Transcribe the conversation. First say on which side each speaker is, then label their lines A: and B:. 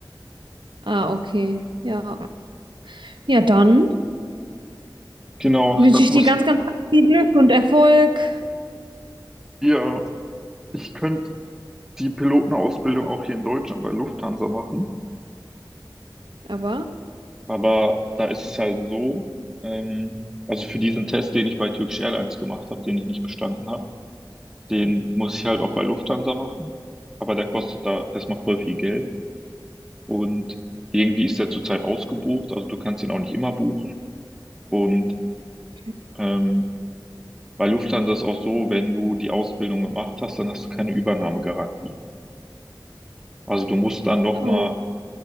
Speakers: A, on the right; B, in the centre.
A: Ah, okay. Ja. Ja, dann
B: Genau,
A: wünsche
B: das
A: ich
B: muss
A: dir ganz, ganz viel Glück und Erfolg.
B: ihr. Ich könnte die Pilotenausbildung auch hier in Deutschland bei Lufthansa machen.
A: Aber,
B: Aber da ist es halt so, ähm, also für diesen Test, den ich bei Turkish Airlines gemacht habe, den ich nicht bestanden habe, den muss ich halt auch bei Lufthansa machen. Aber der kostet da erstmal voll viel Geld. Und irgendwie ist der zurzeit ausgebucht. Also du kannst ihn auch nicht immer buchen. Und
A: okay.
B: ähm, Bei Lufthansa ist auch so, wenn du die Ausbildung gemacht hast, dann hast du keine Übernahmegarantie. Also du musst dann nochmal,
A: oh,